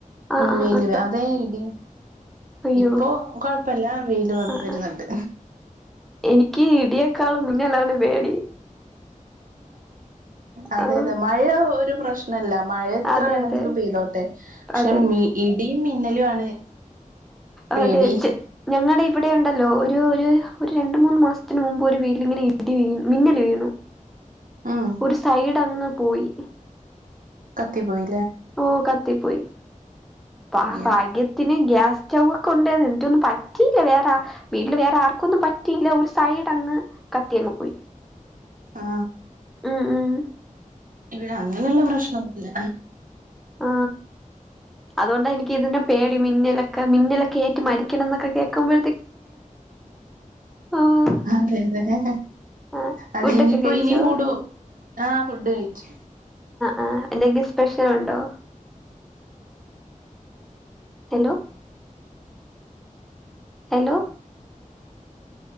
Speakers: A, in the centre; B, on the right.
A: ആ ആ
B: വയില്
A: ആ
B: അതെ ഇടി
A: അയ്യോ
B: ഇപ്പോ കൊഴപ്പല്ല വെയില്
A: ആ
B: വരുന്നുണ്ട്
A: ആ എനിക്ക് ഇടിയേക്കാളും മിന്നലാണ് പേടി
B: അതെ
A: ആ
B: അതെ മഴ ഒരു പ്രശ്നല്ല മഴ എത്ര
A: അതെ
B: വേണമെങ്കിലും
A: അതെ
B: പെയ്തോട്ടെ പക്ഷെ
A: അതെ
B: ഇടിയും മിന്നലും ആണ് പേടി
A: അതെ ഞങ്ങളുടെ ഇവിടെ ഉണ്ടല്ലോ ഒരു ഒരു ഒരു രണ്ട മൂന്ന്ു മാസത്തിന് മുമ്പ് ഒരു വീട്ടിങ്ങനെ ഇടി വീ മിന്നല് വീണു
B: ഉം
A: ഒരു സൈഡങ്ങ് പോയി
B: കത്തി പോയി
A: ഓ കത്തി പോയി ഭ
B: അയ്യോ
A: ഭാഗ്യത്തിനെ ഗ്യാസ് ചവുകൊണ്ടേനു എനിക്കൊന്നും പറ്റീല്ല വേറെ വീട്ടില് വേറെ ആർക്കൊന്നും പറ്റീല്ല ഒരു സൈഡങ്ങ് കത്തി അങ്ങു പോയി
B: ആ
A: ഉം ഉം
B: ഇവിടങ്ങനൊള്ള പ്രശ്നൊന്നുമില്ല
A: ആ അതുകൊണ്ടാ എനിക്കിതിന്റെ പേടി ഇടി മിന്നലൊക്കെ മിന്നലൊക്ക ഏറ്റു മരിക്കണം എന്നൊക്കെ കേൾക്കുമ്പം ആഹ്
B: അതെ അതെ
A: ആഹ്
B: അത
A: ഫുഡൊക്കെ
B: ഇനിപ്പോ
A: കഴിച്ചോ
B: ഇനി കൂടുവോ ആ ഫുഡ് കഴിച്ചു
A: ആ എന്തെങ്കിലും സ്പെഷ്യൽ ഉണ്ടോ ഹലോ ഹലോ